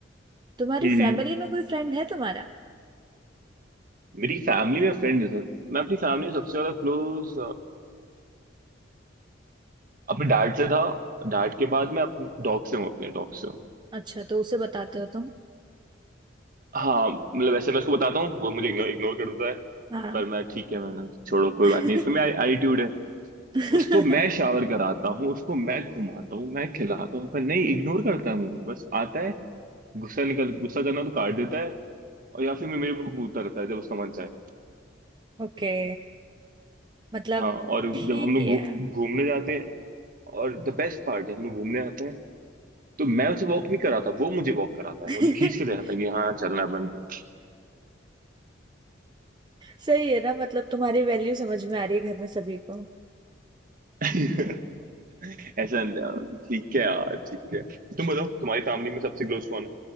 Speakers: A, on the right (about 25°); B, on the right (about 50°).
A: तुम्हारी
B: हम्म
A: फैमिली
B: हम्म।
A: में कोई फ्रेंड है तुम्हारा
B: मेरी फैमिली में फ्रेंड है सर मैं अपनी फैमिली में सबसे ज्यादा क्लोज अपने डैड से था डैड के बाद मैं अपने डॉग से हूँ अपने डॉग से हूँ
A: अच्छा तो उसे बताते हो तुम
B: हाँ मतलब वैसे मैं उसको बताता हूँ वो मुझे इग्नोर इग्नोर कर देता है
A: हाँ
B: पर मैं ठीक है मैंने छोड़ो कोई
A: <laughs>
B: बात नहीं इसमें मेरा एटीट्यूड है
A: हम्म
B: उसको मैं शावर कराता हूँ उसको मैं घुमाता हूँ मैं खिलाता हूँ पर नहीं इग्नोर करता है मुझे बस आता है गुस्सा निकल गुस्सा करना तो काट देता है और या फिर मेरे को कूदता रहता है जब उसका मन चाहे
A: ओके मतलब
B: हाँ और
A: ठीक
B: जब हम लोग
A: ही
B: घू-
A: है
B: घूमने जाते हैं और द बेस्ट पार्ट जब हम लोग घूमने जाते हैं तो मैं उसे वॉक नहीं कराता वो मुझे वॉक कराता
A: <laughs>
B: है मुझे खींच के ले जाता है कि हाँ चलना है अपन को
A: सही है ना मतलब तुम्हारी वैल्यू समझ में आ रही है घर में सभी को
B: <laughs> ऐसा न- ठीक है यार ठीक है तुम बताओ
A: <laughs>
B: तुम्हारी फैमिली में सबसे क्लोज कौन है